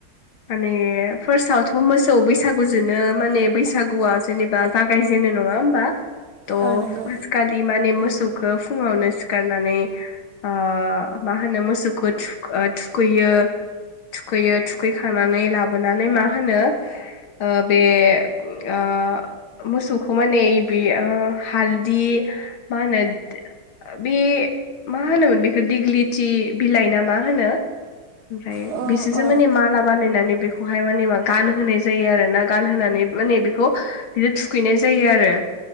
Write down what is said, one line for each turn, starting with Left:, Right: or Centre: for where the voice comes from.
Left: माने फार्स्टआवथ' मोसौ बैसागुजोंनो माने बैसागुआ जेनेबा जागायजेनो नङा होमबा। त
Right: ओ नंगौ
Left: फुलखालि माने मोस मोसौखो फुङावनो सिखारनानै आ मा होनो मोसौखौ थुख थुखैयो थुखैयो थुखैखांनानै लाबोनानै मा होनो? ओ बे ओ मोसौखौ माने ओइ बे ओ हालदि मा होनो बे मा होनोमोन बेखो दिग्लि थि बिलाइ ना मा होनो? ओमफ्राय
Right: अ
Left: बिसोरसो
Right: अ
Left: माने माला बानायनानै बेखौहाय माने मा गानहोनाय जायो आरोना गानहोनानै माने बेखौ बिदि थु खैनाय जायो आरो